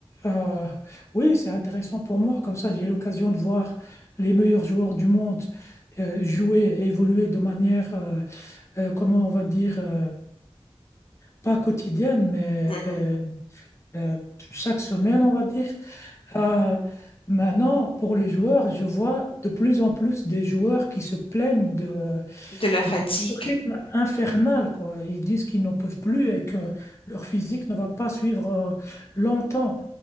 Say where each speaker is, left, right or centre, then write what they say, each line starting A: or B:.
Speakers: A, on the left; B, on the left.
A: euh, oui, c'est intéressant pour moi. Comme ça, j'ai l'occasion de voir les meilleurs joueurs du monde euh, jouer et évoluer de manière, euh, euh, comment on va dire... euh, pas quotidienne, mais
B: mhm.
A: euh, euh, chaque semaine, on va dire. Euh, maintenant, pour les joueurs, je vois de plus en plus des joueurs qui se plaignent de,
B: De la fatigue.
A: de ce rythme infernal, quoi. Ils disent qu'ils n'en peuvent plus et que leur physique ne va pas suivre euh, longtemps.